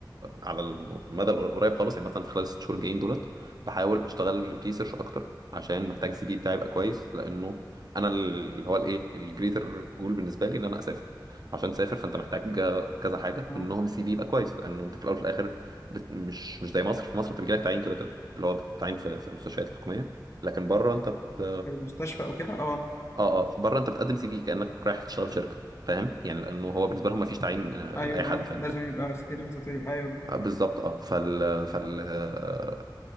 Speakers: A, on the right; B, on the left.
A: على المدى القريب خالص يعني مثلا في خلال الست شهور الجايين دولت بحاول اشتغل ريسيرش اكتر عشان محتاج السي في بتاعي يبقى كويس لانه انا اللي هو الايه الجريتر جول بالنسبه لي ان انا اسافر عشان تسافر فانت محتاج كذا حاجه
B: اه
A: منهم السي في يبقى كويس لانه انت في الاول وفي الاخر بت... مش مش زي مصر في مصر بتجي لك تعيين كده كده اللي هو بتعين في... في المستشفيات الحكوميه لكن بره انت بت...
B: في المستشفى او كده اه
A: اه اه بره انت بتقدم سي في كانك رايح تشتغل في شركه فاهم يعني لانه هو بالنسبه لهم ما فيش تعيين آه،
B: ايوه
A: لاي حد
B: اه
A: فاهم
B: لازم
A: كده
B: يبقى سيرة ذاتية ايوه بالظبط
A: آه، بالظبط اه فال فال آه،